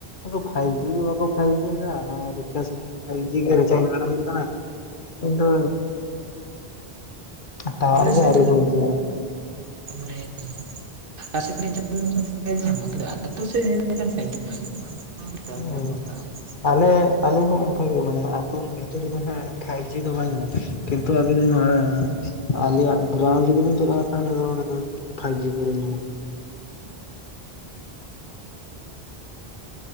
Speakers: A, on the left; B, on the right.
A: ᱟᱫᱚ ᱯᱷᱟᱭᱵᱽ ᱡᱤ ᱫᱚ ᱵᱟᱠᱚ ᱯᱷᱟᱭᱤᱵᱽ ᱡᱤ ᱱᱚᱣᱟ ᱨᱤᱪᱟᱨᱡᱽ ᱠᱚᱦᱚᱸᱯᱷᱟᱭᱤᱵᱷ ᱡᱤ ᱜᱮ ᱨᱤᱪᱟᱨᱡᱽ ᱢᱟᱨᱟ ᱦᱩᱭᱩᱜ ᱠᱟᱱᱟ᱾ᱠᱤᱱᱛᱩ ᱟᱨ ᱴᱟᱣᱟᱨ
B: ᱟᱞᱮ ᱥᱮᱫ
A: ᱫᱚ ᱟᱹᱣᱨᱤ ᱠᱚ ᱟᱹᱜᱩᱭᱟ᱾
B: <unintelligible> ᱚᱠᱟ ᱥᱮᱫ ᱨᱮᱧ ᱪᱟᱞᱟᱣ ᱞᱮᱱᱠᱷᱟᱱ ᱴᱟᱣᱟᱨᱮ ᱧᱟᱢᱟ, ᱠᱤᱱᱛᱩ ᱟᱹᱛᱩ ᱥᱮᱫ ᱦᱮᱡ ᱞᱮᱠᱷᱟᱱ ᱯᱷᱟᱭᱤᱵᱽ ᱡᱤ ᱵᱟᱭ ᱧᱟᱢᱚᱜ-ᱟ᱾ ᱮᱠᱫᱚᱢ
A: ᱦᱩᱸ
B: ᱮᱠᱫᱚᱢ <unintelligible>
A: ᱟᱞᱮ ᱟᱞᱮ ᱦᱚᱸ ᱚᱱᱠᱟ ᱜᱮ ᱢᱟᱱᱮ ᱟᱹᱛᱩ ᱵᱷᱤᱛᱨᱤ ᱨᱮᱦᱚᱸ ᱯᱷᱟᱭᱤᱵᱽ ᱡᱤ ᱫᱚ ᱵᱟᱝ ᱧᱟᱢᱚᱜ-ᱟ᱾ ᱠᱤᱱᱛᱩ ᱟᱹᱵᱤᱱ ᱦᱟᱸᱜ ᱟᱞᱮᱭᱟᱜ ᱜᱨᱟᱩᱱᱰ ᱡᱩᱫᱤ ᱵᱤᱱ ᱪᱟᱞᱟᱜ-ᱟ ᱛᱟᱦᱚᱞᱮ ᱫᱚ ᱱᱚᱸᱰᱮ ᱫᱚ ᱯᱷᱟᱭᱤᱵᱽ ᱡᱤ ᱯᱩᱨᱟᱹᱭ ᱧᱟᱢᱟ᱾